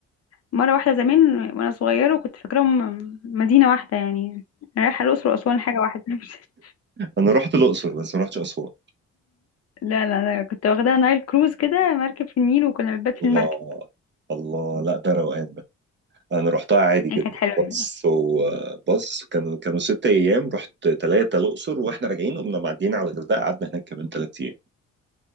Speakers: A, on the left; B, on the right.
A: مرة واحدة زمان وأنا صغيرة وكنت فاكراهم مدينة واحدة يعني رايحة الأقصر وأسوان حاجة واحدة <laughs>
B: أنا رحت الأقصر بس ما رحتش أسوان
A: لا لا لا كنت واخداها نايل كروز كده مركب في النيل وكنا بنبات في
B: الله
A: المركب
B: الله لا ده روقان انا رحتها عادي جدا
A: يعني كانت حلوة
B: بص وبص كانوا كانوا ست ايام رحت ثلاثه الاقصر واحنا راجعين قمنا معديين على الغردقه قعدنا هناك كمان ثلاث ايام